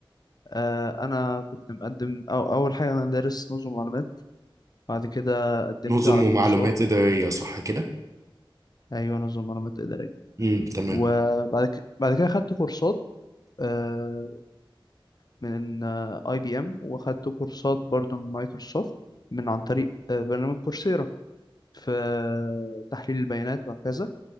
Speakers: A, on the left; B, on the right.
A: آه أنا كنت مقدم أو أول حاجة أنا دارس نظم معلومات بعد كده قدمت
B: نظم
A: على
B: ومعلومات
A: كورسات
B: إدارية صح كده
A: أيوة نظم معلومات إدارية
B: امم تمام
A: وبعد كده بعد كده خدت كورسات آه من أي بي إم وخدت كورسات برضه من مايكروسوفت من عن طريق آه برنامج كورسيرا في تحليل البيانات وهكذا